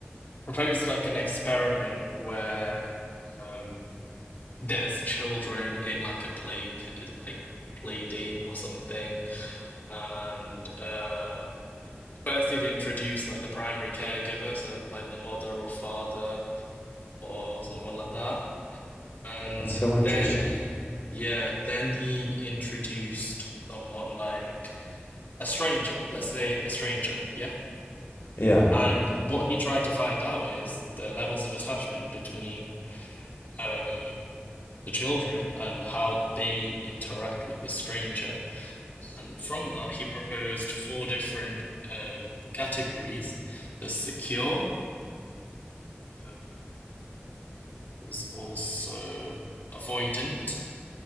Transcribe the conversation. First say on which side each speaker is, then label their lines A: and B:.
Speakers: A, on the left; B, on the left.
A: proposed like an experiment where um there's children in like a play ca- like play date or something and uh first they'd introduce like the primary caregiver so like the mother or father or someone like that and
B: That's so interesting.
A: then yeah then he introduced someone like a stranger let's say a stranger yeah
B: Yeah,
A: and what he tried to find out is the levels of attachment between um the children and how they interact with the stranger And from that, he proposed four different um, categories. The secure um, was also avoidant,